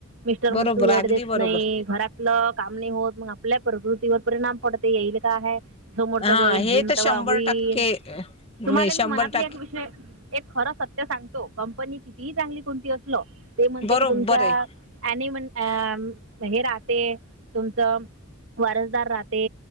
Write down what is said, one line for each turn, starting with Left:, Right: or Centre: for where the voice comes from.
Right: मिस्टर
Left: बरोबर
Right: म्हन तू
Left: अगदी
Right: वेड देत
Left: बरोबर
Right: नाही घरात आपलं काम नाही होत. मग आपल्या प्रकृतीवर परिणाम पडते येईल का आहे. समोरचा
Left: हा
Right: जॉईन
Left: हे
Right: होईन
Left: तर
Right: तेव्हा
Left: शंभर
Right: होईन.
Left: टक्के नाही
Right: तुम्हाला मी
Left: शंभर
Right: मनातले
Left: टक्के
Right: एक विषय एक खरं सत्य सांगतो. कंपनी कितीही चांगली कोणती असल ते म्हणते
Left: बरोबर
Right: की तुमच्या
Left: आहे
Right: आणि मण अ हे राह ते. तुमचं वारसदार राहते.